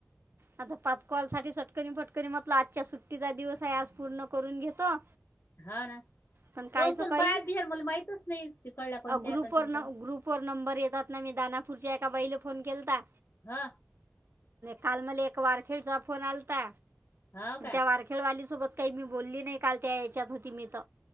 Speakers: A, on the right; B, on the left.
A: आता पाच कॉल सा. टकनी फटकनी म्हटलं आजच्या सुट्टीचा दिवस आहे आज पूर्ण करून घेतो.
B: हा ना.
A: पण कायचं
B: कोण कोण
A: काही
B: बाहेर बिहार मला माहितच नाही तिकडला कोणच्या
A: अ, ग्रुपवर
B: आता ति
A: न ग्रुपवर नंबर येतात ना मी दानापूरच्या एका बहिला फोन केलता
B: हा.
A: काल मला एक वारखेडचा फोन आलाता
B: हो का
A: त्या वारखेडवालीसोबत. काही मी बोलली नाही काल त्या याच्यात होती मी तर.